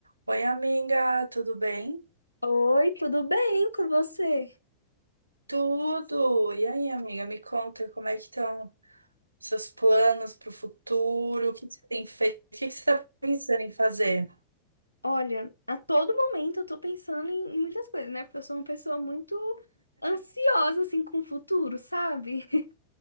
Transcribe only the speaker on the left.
Oi, tudo bem com você?
Olha, a todo momento eu tô pensando em muitas coisas, né? Porque eu sou uma pessoa muito ansiosa, assim, com o futuro, sabe? <laughs>